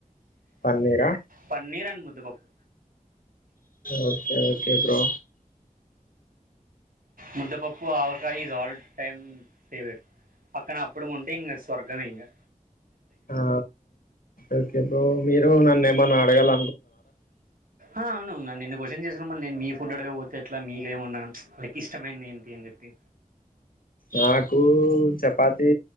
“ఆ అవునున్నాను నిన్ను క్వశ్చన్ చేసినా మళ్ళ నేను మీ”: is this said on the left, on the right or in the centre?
Right